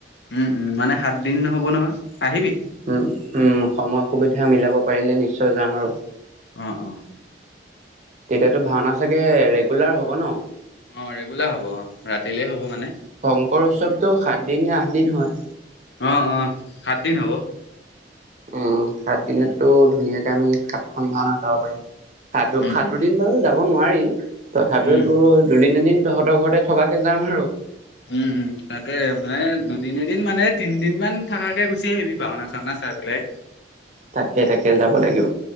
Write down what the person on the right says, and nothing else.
উম উম সময় সুবিধা মিলাব পাৰিলে নিশ্চয় যাম আৰু।
তেতিয়াতো ভাওনা চাগে ৰেগুলাৰ হ'ব ন।
শংকৰ উৎসৱটো সাত দিন নে আঠ দিন হয়
উম সাত দিনতটো
ধুনীয়াকে আমি সাতখন ভাওনা চাব পাৰিম। সাত
সাতো
দিন বাৰু যাব নোৱাৰি তথাপিও
তো দুদিন এদিন। তহঁতৰ ঘৰতে থকাকে যাম আৰু।
তাকে তাকে যাব লাগিব